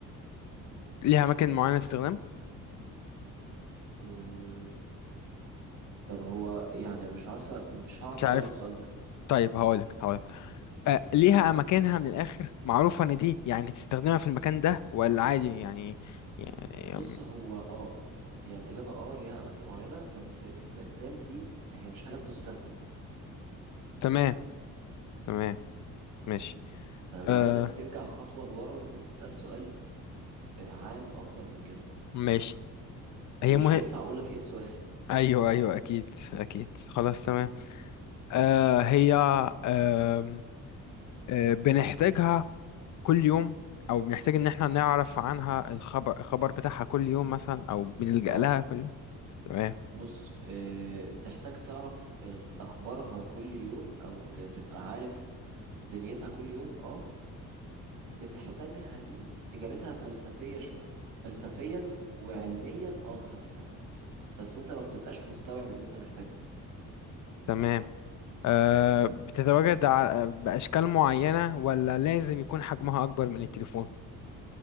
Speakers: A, on the left; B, on the right.
A: ليها اماكن معينه للاستخدام
B: مم، طب هو يعني مش عارفة مش هعرف
A: مش عارف
B: اجاوب على السؤال ده
A: طيب هقولك هقولك أه... ليها اماكنها من الاخر معروفه ان دي يعني تستخدمها في المكان ده ولا عادي يعني, يعني...
B: بص هو اه يعني الإجابة اه ليها أماكن معينة بس استخدام دي هي مش حاجة بتستخدم
A: تمام تمام ماشي
B: فأنا
A: آه،
B: عايزك ترجع خطوة لورا وتسأل سؤال آه، عام أكتر من كده
A: ماشي
B: ومش
A: هي مه...
B: هينفع أقولك إيه السؤال
A: ايوه ايوه اكيد اكيد خلاص تمام آه هي آه آه بنحتاجها كل يوم او بنحتاج ان احنا نعرف عنها الخبر الخبر بتاعها كل يوم مثلا او بنلجأ
B: <laughs> اه
A: لها كل يوم تمام
B: بص آه، تحتاج تعرف ال- أخبارها كل يوم أو ت- تبقى عارف دنيتها كل يوم اه بتحتاجها دي إجابتها فلسفية شوية فلسفيا وعلميا اه أنت محتاجها بس أنت ما بتبقاش مستوعب إن أنت محتاجها يعني
A: تمام آه بتتواجد ع- باشكال معينة ولا لازم يكون حجمها اكبر من التليفون